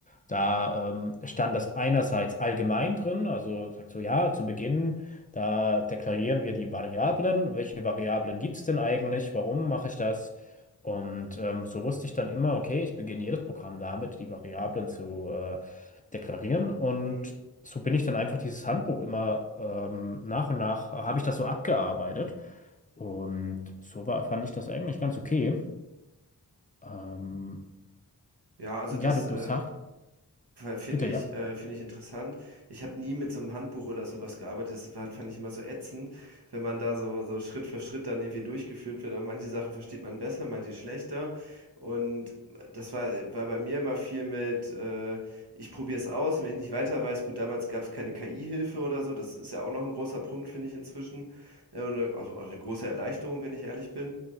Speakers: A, on the left; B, on the right.
A: Da ähm, stand das einerseits allgemein drin, also sagt so, ja, zu Beginn, da deklarieren wir die Variablen, welche Variablen gibt es denn eigentlich, warum mache ich das? Und ähm, so wusste ich dann immer, okay, ich beginne jedes Programm damit, die Variablen zu äh, deklarieren. Und
B: Hm.
A: so bin ich dann einfach dieses Handbuch immer ähm, nach und nach, äh, habe ich das so abgearbeitet. Und so war, fand ich das eigentlich ganz okay. Ähm,
B: Ja, also
A: ja,
B: das,
A: du, du
B: äh,
A: sagst,
B: Finde
A: bitte,
B: ich,
A: ja.
B: äh, finde ich interessant. Ich habe nie mit so einem Handbuch oder sowas gearbeitet. Das war, fand ich immer so ätzend, wenn man da so, so Schritt für Schritt dann irgendwie durchgeführt wird. Aber manche Sachen versteht man besser, manche schlechter. Und das war, war bei mir immer viel mit, äh, ich probiere es aus und wenn ich nicht weiter weiß, gut, damals gab es keine KI-Hilfe oder so. Das ist ja auch noch ein großer Punkt, finde ich inzwischen. Äh, und äh, auch auch eine große Erleichterung, wenn ich ehrlich bin.